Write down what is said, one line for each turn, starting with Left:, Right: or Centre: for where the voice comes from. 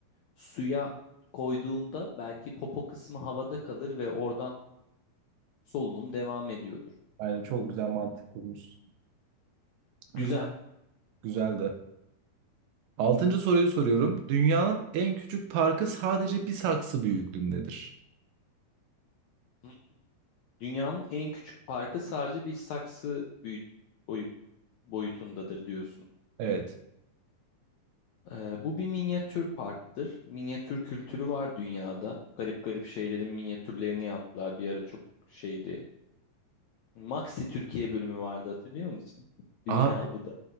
Left: suya koyduğunda belki popo kısmı havada kalır ve oradan solunum devam ediyordur.
Right: Yani çok güzel mantık kurmuşsun. Güzel.
Left: Güzel.
Right: Güzeldi. Altıncı soruyu soruyorum. Dünyanın en küçük parkı sadece bir saksı büyüklüğündedir.
Left: Hmm. Dünyanın en küçük parkı sadece bir saksı büyüt boyu- boyutundadır diyorsun.
Right: Evet.
Left: Ee, bu bir minyatür parktır. Minyatür kültürü var dünyada. Garip garip şeylerin minyatürlerini yaptılar. Bir ara çok şeydi. Maxi Türkiye bölümü vardı hatırlıyor musun? <laughs> Dünya
Right: Abi,
Left: bu da.